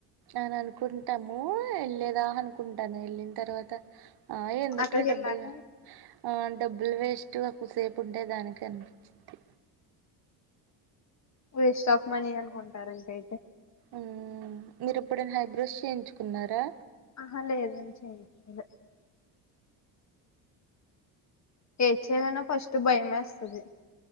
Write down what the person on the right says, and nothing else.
అని అనుకుంటాము వెళ్ళలేదా అనుకు కుంటాను వెళ్ళిన తర్వాత ఆ ఎందుకులే
డబ్బులు
ఆ డబ్బులు వేస్ట్ కూసేపు ఉండే దానికి అనిపిచ్చిద్ది
ఉ మీరెప్పుడైనా హైబ్రోస్ చేయించుకున్నారా